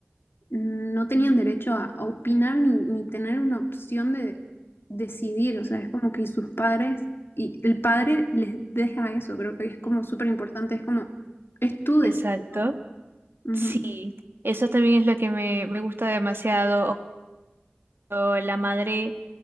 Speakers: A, on the left; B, on the right.
A: no tenían derecho a, a opinar ni, ni tener una opción de decidir, o sea, es como que sus padres, y el padre les deja eso, creo que es como súper importante, es como, es tu decisión.
B: Exacto.
A: Ujú.
B: Sí, eso también es lo que me, me gusta demasiado. o cuando la madre